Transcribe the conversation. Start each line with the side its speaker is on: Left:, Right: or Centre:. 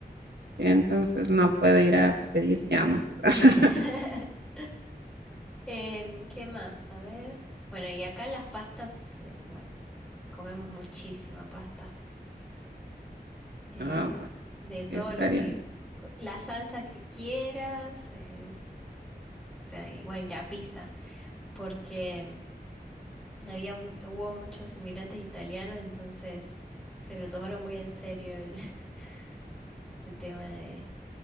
Right: y entonces no puedo ir a pedir llamas. <laughs>
Centre: <laughs> Em, ¿qué más? A ver. Bueno, y acá las pastas, eh, bueno, s- comemos muchísima pasta. eh,
Right: Ah, bueno,
Centre: de
Right: sí
Centre: todo
Right: estaría.
Centre: lo que, co- la salsa que quieras, eh, o sea, y bueno, y la pizza, porque em, Había, mu- hubo muchos inmigrantes italianos, entonces se lo tomaron muy en serio el, <laughs> el tema de,